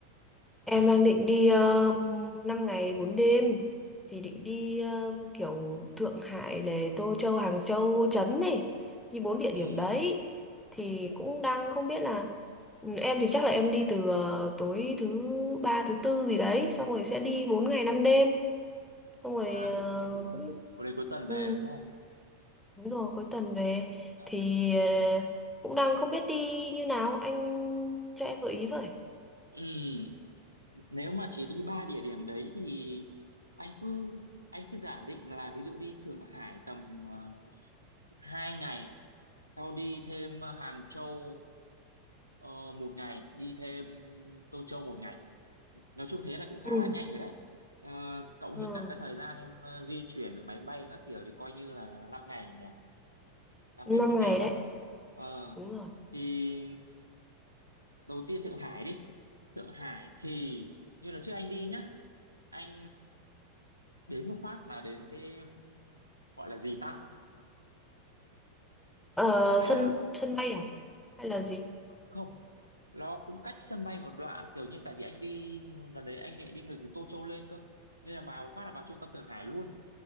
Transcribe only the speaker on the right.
Ừm,
ba
thứ tư,
một đến cuối tuần
về đúng không?
Bốn, năm.
Ừm, nếu mà chỉ đi ba địa điểm đấy thì anh cứ anh cứ giả định là ví dụ đi Thượng Hải tầm ờ, hai ngày, sau đi thêm ờ, Hàng Châu ờ, một ngày đi thêm Tô Châu một ngày nói chung thế là cũng khá
là nhanh rồi đấy Ờ, cộng
thêm cả cái thời gian em ờ, di chuyển máy bay các kiểu thì coi như là 5 ngày nhỉ 5
ngày 4
đêm á
ờ,
thì đầu tiên Thượng Hải đi Thượng Hải thì như lần trước anh đi nhá anh đến một phát là đến cái gọi là gì ta
gọi
là
không nó cũng cách sân bay một đoạn kiểu như tại vì anh đi lần đấy anh lại đi ngược từ Tô Châu lên cơ nên là vào một phát là vào trung tâm Thượng Hải luôn